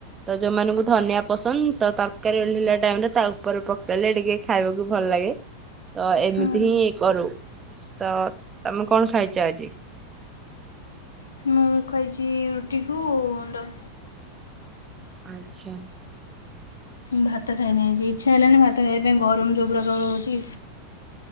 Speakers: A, on the right (about 20°); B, on the left (about 75°).
A: ତ ଯୋଉମାନଙ୍କୁ ଧନିଆ ପସନ୍ଦ ତ ତରକାରୀ ଓହ୍ଲେଇଲା ଟାଇମ୍ ରେ ତା ଉପରେ ପକେଇଲେ ଟିକେ। ଖାଇବାକୁ ଭଲ ଲାଗେ ତ ଏମିତି
B: ହୁଁ
A: ହିଁ କରୁ। ତ ତମେ କଣ ଖାଇଛ ଆଜି।
B: ମୁଁ ଖାଇଛି ରୁଟିକୁ ଅଣ୍ଡା।
A: ଆଚ୍ଛା।
B: ଭାତ ଖାଇନି ଆଜି ଇଚ୍ଛା ହେଲାନି ଭାତ ଖାଇବା ପାଇଁ ଗରମ ଯୋଉ ପ୍ରକାର ହଉଛି।